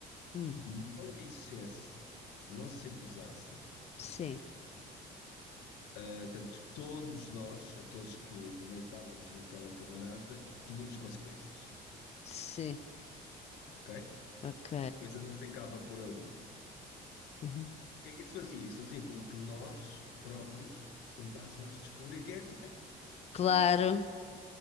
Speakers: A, on the left; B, on the left.
A: hum,
B: não dissesse, não se acusasse,
A: sim,
B: eh, portanto, todos nós, aqueles que pernoitávamos naquela camarata, tínhamos consequências,
A: sim,
B: ok?
A: ok.
B: A coisa não ficava por ali.
A: Uhum.
B: O que é que isso fazia? Isso fazia com que nós próprios tentássemos descobrir quem é que foi,
A: Claro.
B: né?